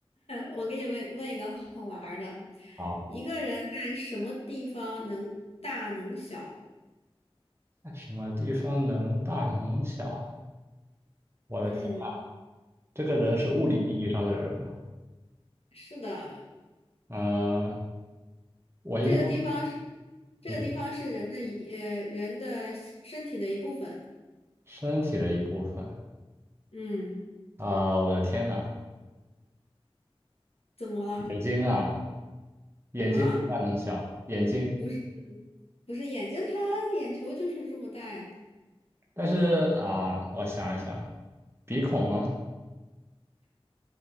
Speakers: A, on the left (about 75°); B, on the right (about 25°).
A: 我给你问问一个好玩儿的：
B: 好，
A: 一个人在什么地方能大能小？
B: 在什么地方能大能小啊我的天啊，
A: 嗯，
B: 这个人是物理意义上的人吗？
A: 是的，
B: 嗯，我应该
A: 这个地方是这个地方是人的一呃人的身身体的一部分。
B: 你身体的一部分。
A: 嗯，
B: 啊、我的天呐，
A: 怎么了？
B: 眼睛啊，眼睛能大能小，
A: 啊，
B: 眼睛。
A: 不是不是眼睛它，眼球就是这么大呀。
B: 但是啊、我想一想，鼻孔吗？